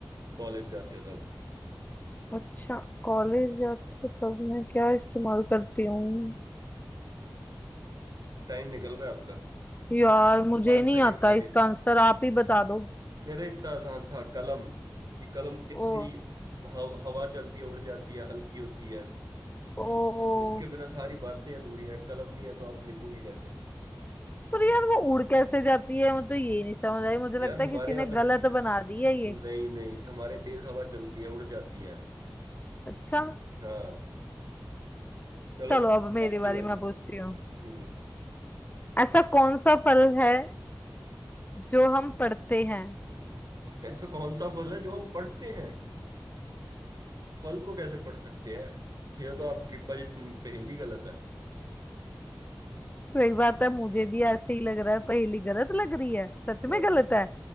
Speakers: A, on the right; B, on the left.
A: कॉलेज जाते हो तब
B: अच्छा कॉलेज जाते तब मैं क्या इस्तेमाल करती हूँ
A: टाइम निकल रहा है आपका
B: यार मुझे
A: पाँच
B: नहीं
A: सेकंड
B: आता
A: रह गए
B: इसका आंसर आप ही बता दो
A: अरे इतना आसान था कलम कि कलम कितनी
B: ओ
A: हव- हवा चलती है उड़ जाती है हल्की होती है
B: ओ
A: उसके बिना सारी बातें अधूरी हैं कलम नहीं है तो आप लिखोगे कैसे
B: पर यार वो उड़ कैसे जाती है मुझे तो ये नहीं समझ आई मुझे
A: यार
B: लगता
A: हमारे
B: है किसी
A: यहाँ
B: ने
A: पे
B: गलत बना दी है ये
A: नहीं नहीं हमारे तेज हवा चलती है उड़ जाती है
B: अच्छा
A: हाँ चलो
B: चलो अब मेरी
A: आपकी
B: बारी
A: बारी
B: मैं पूछती हूँ
A: हम्म
B: ऐसा कौन सा फल है जो हम पढ़ते हैं
A: ऐसा कौन सा फल है जो हम पढ़ते हैं फल को कैसे पढ़ सकते हैं यह तो आपकी पह- पहेली गलत है
B: तो एक बात है मुझे भी ऐसे ही लग रहा है पहेली गलत लग रही है सच
A: हाँ
B: में गलत है